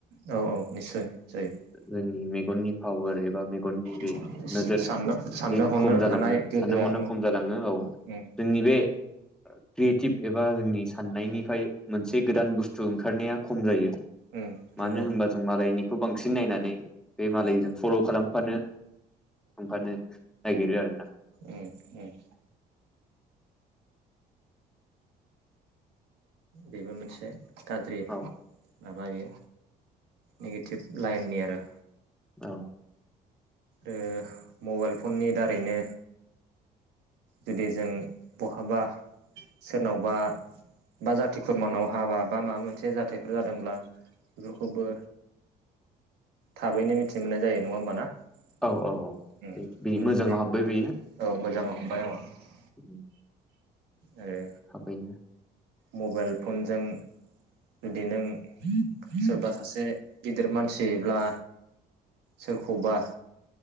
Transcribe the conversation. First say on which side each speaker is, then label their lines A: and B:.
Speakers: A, on the right; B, in the centre.
A: औ औ निस्सय जायो
B: जों <inaudible> मेगननि पावार एबा मेगननि बे
A: साननो
B: नोजोर
A: साननो
B: बे
A: हनो
B: खम जालाङो
A: हानाय गोहोआ
B: साननो हनो
A: औ
B: खम जालाङो औ
A: उम
B: जोंनि बे क्रियेटिभ एबा जोंनि साननायनिफ्राय मोनसे गोदान बुस्थु ओंखारनाया खम जायो।
A: उम नंगौ
B: मानो होनबा जों मालायनि खौ बांसिन नायनानै बे मालायजों
A: उम
B: फल' खालाम फानो ओखानो नागिरो आरो ना
A: ओम ओम बेबो मोनसे गाज्रि
B: औ
A: माबा इयो नेगेटिभ लाइननि आरो
B: औ
A: ओ मबाइल फननि दारैनो जुदि जों बहाबा सोरनावबा बा जाथि खुरमानाव हाबा बा माबा मोनसे जाथायफोर जादोंब्ला बेफोरखौबो थाबैनो मिथि मोननाय जायो नङा होमबाना उम
B: औ औ औ
A: उम
B: बे
A: सोंग्रोनाय
B: मोजाङाव हाब्बाय बेयो
A: औ <unintelligible>
B: <inaudible>
A: आरो
B: थाबैनो
A: मबाइल फनजों जुदि नों सोरबा सासे गिदिर मानसिब्ला सोरखौबा